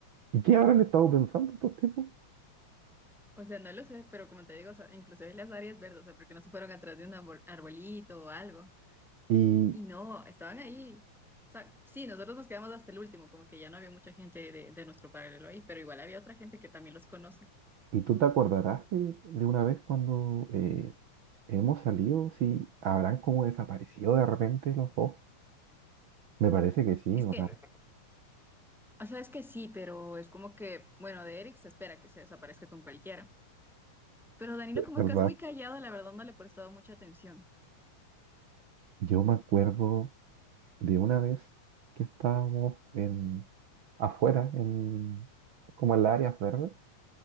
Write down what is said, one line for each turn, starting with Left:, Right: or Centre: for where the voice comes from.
Right: ¿y qué habrán estado pensando estos tipos?
Centre: O sea, no lo sé, pero como te digo, o sea, inclusive las áreas verdes, o sea, porque no se fueron atrás de un arbol- arbolito o algo.
Right: Y,
Centre: Y no, estaban ahí. O sea, sí, nosotros nos quedamos hasta el último, como que ya no había mucha gente de, de nuestro paralelo ahí, pero igual había otra gente que también los conoce.
Right: y tú te acordarás de, de una vez cuando eh, hemos salido, si habrán como desaparecido de repente los dos. Me parece que sí,
Centre: Es
Right: ¿o
Centre: que,
Right: no?
Centre: o sea, es que sí, pero es como que, bueno, de Eric se espera que se desaparezca con cualquiera. Pero Danilo, como
Right: ¿Verdad?
Centre: que es muy callado, la verdad no le he prestado mucha atención.
Right: Yo me acuerdo de una vez que estábamos en, afuera, en, como en las áreas verdes,